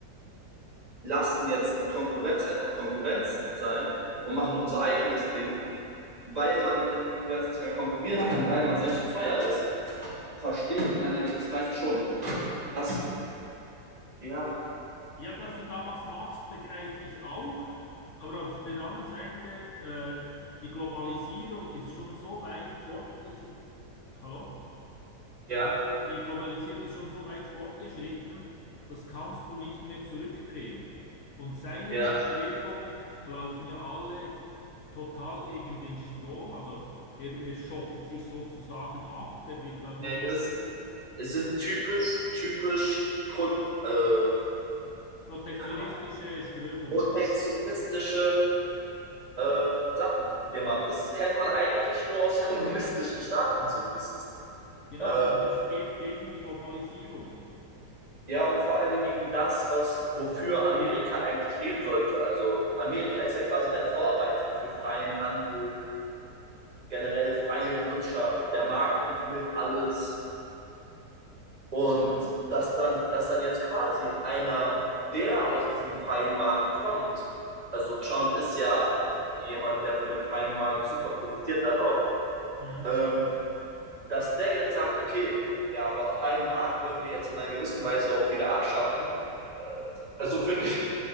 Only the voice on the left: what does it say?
mhm.
Ja, dass du da was machst, begreife ich auch. Aber auf der anderen Seite, äh, die Globalisierung ist schon so weit fortgeschritten. Hallo?
Die Globalisierung ist schon so weit fortgeschritten, das kannst du nicht mehr zurückdrehen. Und seine
Bestrebungen laufen ja alle total gegen den Strom. Also er, er schottet sich sozusagen ab, er will da nur
noch
äh,
protektionistische
Strömungen.
Genau,
und es geht gegen die Globalisierung.
Genau.
Mhm.